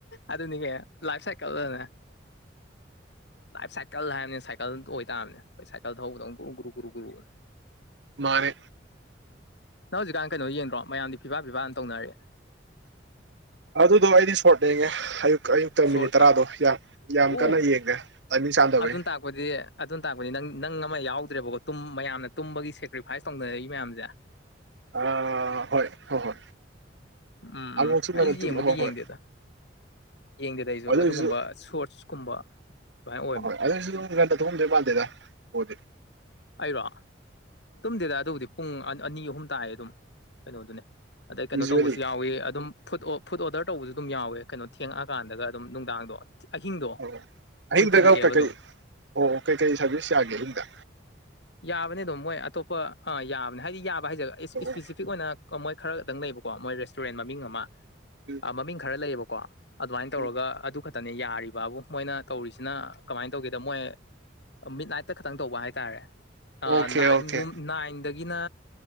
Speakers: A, on the left; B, on the right.
A: ꯑꯗꯨꯅꯤꯀꯩꯅꯣ ꯂꯥꯏꯐ ꯁꯥꯏꯀꯜꯑꯅ ꯂꯥꯏꯐ ꯁꯥꯏ ꯀꯜ ꯍꯥꯏꯕꯅꯤꯅ ꯁꯥꯏꯀꯜ ꯑꯣꯏꯇꯝꯅꯦ ꯈꯣꯏ ꯁꯥꯏꯀꯜ ꯊꯧꯕꯗꯧꯅ ꯒꯨꯔꯨ ꯒꯨꯔꯨ ꯒꯨꯔꯨ
B: ꯃꯥꯅꯤ
A: ꯅꯪ ꯍꯧꯖꯤꯛꯀꯥꯟ ꯀꯦꯅꯣ ꯌꯦꯡꯗ꯭ꯔꯣ ꯃꯌꯥꯝꯗꯤ ꯐꯤꯐꯥ ꯐꯤꯐꯥꯅ ꯇꯧꯅꯔꯤ
B: ꯑꯗꯨꯗꯣ ꯑꯩꯗꯤ ꯁꯄꯣꯔꯠ ꯌꯦꯡꯉꯦ ꯑꯌꯨꯛ ꯑꯌꯨꯛꯇ
A: ꯁꯣꯔꯠꯇ
B: ꯃꯤꯅꯤꯠ ꯇꯔꯥꯗꯣ ꯌꯥꯝ ꯌꯥꯝ
A: ꯑꯣ
B: ꯀꯟꯅ ꯌꯦꯡꯗꯦ ꯇꯥꯏꯃꯤꯡ ꯆꯥꯟꯗꯕꯩ
A: ꯑꯗꯨꯅ ꯇꯥꯛꯄꯗꯤ ꯑꯗꯨꯅ ꯇꯥꯛꯄꯗꯤ ꯅꯪ ꯅꯪ ꯑꯃ ꯌꯥꯎꯗ꯭ꯔꯦꯕꯀꯣ ꯇꯨꯝ ꯃꯌꯥꯝꯅ ꯇꯨꯝꯕꯒꯤ ꯁꯦꯀ꯭ꯔꯤꯐꯥꯏꯁ ꯇꯧꯅꯔꯛꯏ ꯃꯌꯥꯝꯖꯦ
B: ꯑꯥ ꯍꯣꯏ ꯍꯣꯏ ꯍꯣꯏ
A: ꯎꯝ ꯎꯝ
B: ꯑꯃꯨꯛꯁꯨ ꯉꯟꯅ
A: ꯑꯩꯖꯨ ꯌꯦꯡꯕꯨꯗꯤ
B: ꯇꯨꯝ ꯍꯣꯏ
A: ꯌꯦꯡꯗꯦꯗ
B: ꯍꯣꯏ
A: ꯌꯦꯡꯗꯦꯗ ꯑꯩꯖꯨ
B: ꯑꯗꯨꯏꯁꯨ
A: ꯑꯗꯨꯒꯨꯝꯕ ꯁꯣꯔꯠꯁꯀꯨꯝꯕ ꯑꯗꯨꯃꯥꯏꯅ ꯑꯣ
B: ꯍꯣꯏ ꯍꯣꯏ ꯑꯗꯣꯏꯖꯨ ꯉꯥꯟꯅ ꯇꯨꯝꯃꯝꯗꯣꯏ ꯃꯥꯟꯗꯦꯗ ꯄꯣꯗꯤ
A: ꯑꯩꯔꯣ ꯇꯨꯝꯗꯦꯗ ꯑꯗꯨꯕꯨꯗꯤ ꯄꯨꯡ ꯑꯅꯤ ꯑꯍꯨꯝ ꯇꯥꯏ ꯑꯗꯨꯝ ꯀꯩꯅꯣꯗꯨꯅꯦ ꯑꯗꯩ ꯀꯩꯅꯣ
B: ꯌꯨꯖ꯭ꯋꯦꯜꯂꯤ
A: ꯇꯧꯕꯁꯨ ꯌꯥꯎꯋꯤ ꯑꯗꯨꯝ ꯐꯨꯠ ꯐꯨꯠ ꯑꯣꯗꯔ ꯇꯧꯕꯖꯨ ꯑꯗꯨꯝ ꯌꯥꯎꯋꯦ ꯀꯩꯅꯣ ꯊꯦꯡꯉꯛꯑꯀꯥꯟꯗꯒ ꯑꯗꯨꯝ ꯅꯨꯡꯗꯥꯡꯗꯣ ꯑꯍꯤꯡꯗꯣ
B: ꯑꯣ ꯑꯍꯤꯡꯗꯒ
A: ꯃꯣꯏ ꯊꯤꯜꯂꯛꯑꯦꯕ
B: ꯀꯩꯀꯩ
A: ꯑꯗꯨꯝ
B: ꯑꯣ ꯀꯩꯀꯩ ꯁꯥꯔꯚꯤꯁ ꯌꯥꯒꯦ ꯑꯍꯤꯡꯗ
A: ꯌꯥꯕꯅꯦ ꯑꯗꯨꯝ ꯃꯣꯏ ꯑꯇꯣꯞꯄ ꯑꯥ ꯌꯥꯕꯅꯦ ꯍꯥꯏꯗꯤ ꯌꯥꯕ ꯍꯥꯏꯖꯦ
B: ꯑꯣ
A: ꯏꯁꯄꯦꯁꯤꯐꯤꯛ
B: ꯑꯣ
A: ꯑꯣꯏꯅ ꯀꯃꯣꯏ ꯈꯔꯗꯪ ꯂꯩꯕꯀꯣ ꯃꯣꯏ ꯔꯦꯁꯇꯨꯔꯦꯟ ꯃꯃꯤꯡ ꯑꯃ
B: ꯎꯝ
A: ꯃꯃꯤꯡ ꯈꯔ ꯂꯩꯌꯦꯕꯀꯣ ꯑꯗꯨꯃꯥꯏꯅ
B: ꯎꯝ
A: ꯇꯧꯔꯒ ꯑꯗꯨ ꯈꯥ ꯇꯅꯦ ꯌꯥꯔꯤꯕꯕꯨ ꯃꯣꯏꯅ ꯇꯧꯔꯤꯁꯤꯅ ꯀꯃꯥꯏꯅ ꯇꯧꯒꯦꯗ ꯃꯣꯏ ꯃꯤꯠ ꯅꯥꯏꯠꯇ ꯈꯇꯪ ꯇꯧꯕ ꯍꯥꯏ ꯍꯥꯏꯇꯔꯦ
B: ꯑꯣꯀꯦ
A: ꯅꯥꯏꯟꯒꯨꯝ
B: ꯑꯣꯀꯦ
A: ꯅꯥꯏꯟꯗꯒꯤꯅ